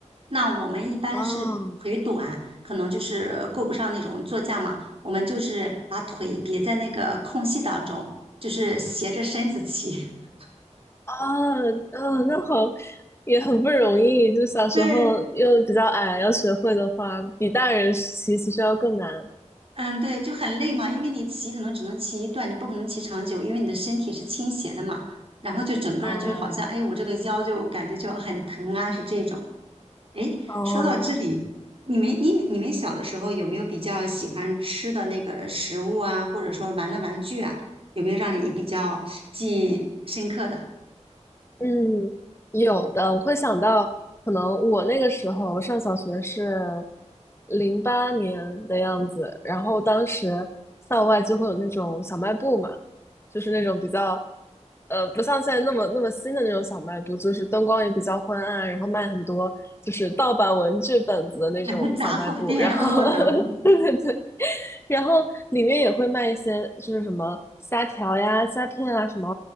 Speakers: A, on the right (about 50°); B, on the left (about 20°).
A: 那我们一般是腿短，
B: 哦，
A: 可能就是够不上那种座驾嘛，我们就是把腿别在那个空隙当中，就是斜着身子骑。<laughs>
B: 啊，嗯，那好，也很不容易。就小时候又比较矮，
A: 对，
B: 要学会的话，比大人骑期其实要更难。
A: 嗯，对，就很累嘛，因为你骑可能只能骑一段，你不可能骑长久，因为你的身体是倾斜的嘛。然后就整个人就是好像，
B: 哦，
A: 哎，我这个腰就感觉就很疼啊，是这种。哎，
B: 哦，
A: 说到这里，你们你你们小的时候有没有比较喜欢吃的那个食物啊，或者说玩的玩具啊，有没有让你比较记忆深刻的？
B: 嗯，有的，我会想到，可能我那个时候上小学是零八年的样子，然后当时校外就会有那种小卖部嘛，就是那种比较，呃，不像现在那么那么新的那种小卖部，就是灯光也比较昏暗，然后卖很多就是盗版文具本子的那种小卖部，
A: <laughs> 然后杂货店哦，
B: 然后
A: 懂。
B: <laughs> 对然后里面也会卖一些，就是什么虾条呀、虾片啊，什么